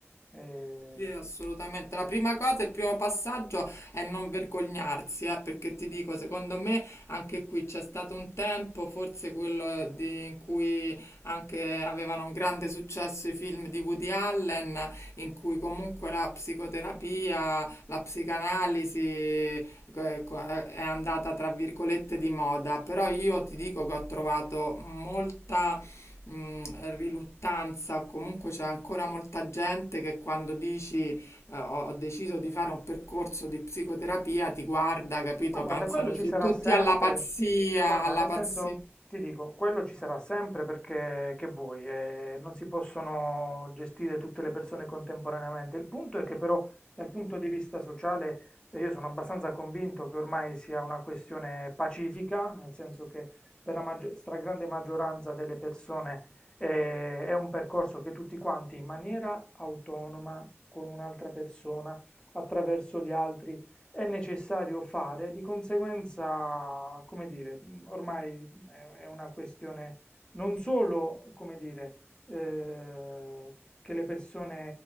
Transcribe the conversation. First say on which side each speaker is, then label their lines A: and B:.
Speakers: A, on the left; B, on the left.
A: Eh,
B: Sì, assolutamente. La prima cosa, il primo passaggio è non vergognarsi, eh, perché ti dico, secondo me anche qui c'è stato un tempo, forse quello di- in cui anche avevano un grande successo i film di Woody Allen, in cui comunque la psicoterapia, la psicanalisi eh, co- eh, è andata tra virgolette di moda, però io ti dico che ho trovato molta Mm, riluttanza, o comunque c'è ancora molta gente che quando dici eh, ho, ho deciso di fare un percorso di psicoterapia ti guarda, capito?
A: Ma guarda,
B: Pensano
A: quello ci
B: su
A: sarà
B: tutti
A: sempre.
B: alla pazzia,
A: Guarda,
B: alla
A: nel
B: pazzia.
A: senso, ti dico, quello ci sarà sempre perché che vuoi, eh, non si possono gestire tutte le persone contemporaneamente. Il punto è che però dal punto di vista sociale eh, io sono abbastanza convinto che ormai sia una questione pacifica, nel senso che per la maggio- stragrande maggioranza delle persone eh, è un percorso che tutti quanti in maniera autonoma, con un'altra persona, attraverso gli altri è necessario fare, di conseguenza, come dire, mh, ormai è è una questione non solo, come dire, eh, che le persone